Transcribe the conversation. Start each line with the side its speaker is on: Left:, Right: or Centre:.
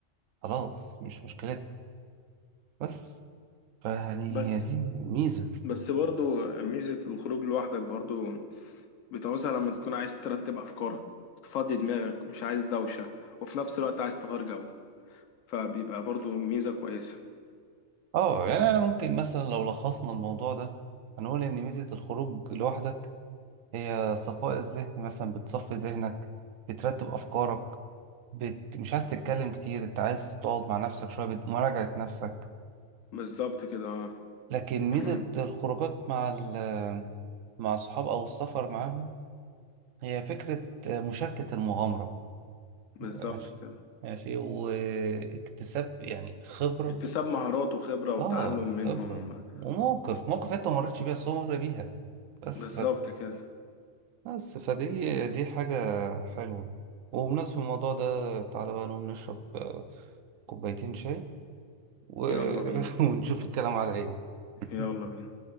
Right: خلاص مش مشكلتك بس فيعني
Left: بس
Right: هي دي ميزة
Left: بس برضو ميزة الخروج لوحدك برضو بتعوزها لما تكون عايز ترتب أفكارك تفضي دماغك مش عايز دوشة وفي نفس الوقت عايز تغير جو فبيبقى برضو ميزة كويسة
Right: اه يعني انا ممكن مثلا لو لخصنا الموضوع ده هنقول ان ميزة الخروج لوحدك هي صفاء الذهن مثلا بتصفي ذهنك بترتب افكارك بت... مش عايز تتكلم كتير انت عايز تقعد مع نفسك شوية بمراجعة نفسك
Left: بالظبط كده اه
Right: لكن ميزة
Left: <clears throat>
Right: الخروجات مع ال- مع الصحاب أو السفر معاهم هي فكرة مشاركة المغامرة
Left: بالظبط
Right: ماشي
Left: كده
Right: ماشي واكتساب يعني خبرة
Left: اكتساب مهارات وخبرة وتعلم
Right: اه
Left: منهم
Right: خبرة وموقف
Left: و...
Right: موقف انت ما مريتش بيها بس هو مر بيها بس
Left: بالظبط
Right: ف...
Left: كده
Right: بس فدي دي حاجة حلوة وبمناسبة الموضوع ده تعالى بقى نقوم نشرب آه، كوبايتين شاي و...
Left: يلا بينا
Right: <laughs> ونشوف الكلام على ايه
Left: يلا بينا